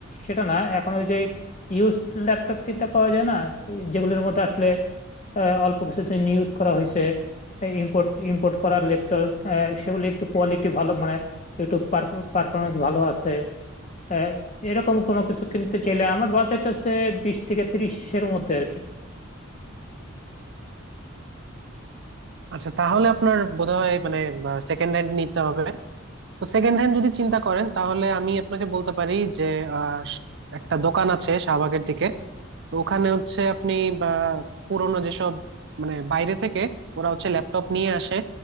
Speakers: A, on the left (about 35°); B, on the right (about 60°).
A: সেটা না এখন ওই যে ইউজ ল্যাপটপ কিনতে পাওয়া যায় না যেগুলোর মধ্যে আসলে আহ, অল্প কিছুদিন ইউজ করা হয়েছে ইম্পোর্ট ইম্পোর্ট করা ল্যাপটপ সেগুলো একটু কোয়ালিটি ভালো মানে একটু পারফরমেন্স ভালো আছে আহ, এরকম কোনো কিছু কিনতে চাইলে আমার বাজেট আছে বিশ থেকে তিরিশের মধ্যে আর কি
B: আচ্ছা তাহলে আপনার বোধহয় মানে সেকেন্ড হ্যান্ড নিতে হবে তো সেকেন্ড হ্যান্ড যদি চিন্তা করেন তাহলে আমি আপনাকে বলতে পারি যে আহ, একটা দোকান আছে শাহবাগের দিকে তো ওখানে হচ্ছে আপনি বা পুরোনো যেসব মানে বাইরে থেকে ওরা হচ্ছে ল্যাপটপ নিয়ে আসে